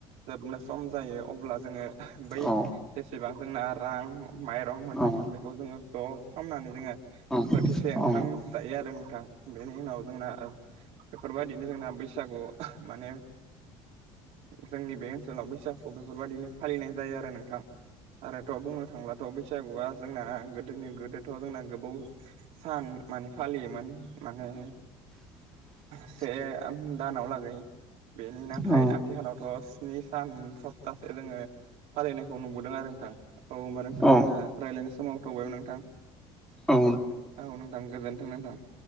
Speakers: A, on the right; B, in the centre.
A: जोबनो सम जायो अब्ला जोंङो बै
B: औ
A: बेसेबां जोंना रां माइरं मोनदोंमोऩ।
B: औ
A: बेखौ जोङो ज' खालामनानै जोङो
B: औ
A: बोथिसे
B: औ
A: ओंखाम जायो आरो नोंथां। बेनि उनाव जोंना बेफोरबादि नो जोंना बैसागु माने जोंनि बे ओनसोलाव बैसागु बेफोरबायदिनो फालिनाय जायो आरो नोंथां। आरोथ' बुंनो थांब्लाथ' बैसागुआ जोंना गोदोनि गोदोथ' जोंना गोबाव सान माने फालियोमोन माने
B: <unintelligible>
A: से दानाव लागै। बेनि नाथाय
B: औ
A: आथिखालावथ' स्नि सान सप्तासे जोङो फालिनायखौ नुबोदों आरो नोंथां। औ होमबा नोंथां
B: औ
A: जोंना रायज्लायनाय समा जाथबायमोन नोंथां।
B: औ
A: औ नोंथां गोजोनथों नोंथां।